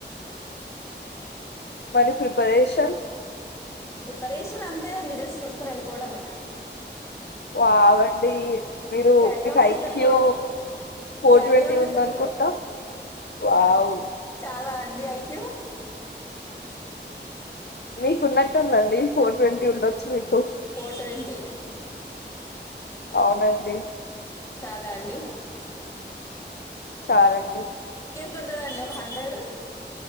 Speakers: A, on the left; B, on the left.
A: మరి ప్రిపరేషన్
B: ప్రిపరేషన్ అంతే జస్ట్ చూసుకొని వెళ్ళిపోవడమే
A: వావ్ అండి మీరు
B: క్యారీ
A: మీకు
B: on with
A: IQ
B: the flow
A: four
B: carry
A: twenty
B: on with
A: ఉందనుకుంటా
B: the flow
A: వావ్
B: చాలా అండి ఐక్యూ
A: మీకు ఉన్నట్టు ఉందండి ఫోర్ ట్వంటీ ఉండొచ్చు మీకు
B: ఫోర్ ట్వంటీ
A: అవునండి
B: చాలా అండి
A: చాలండి
B: త ఉంటందండి ఒక హండ్రెడ్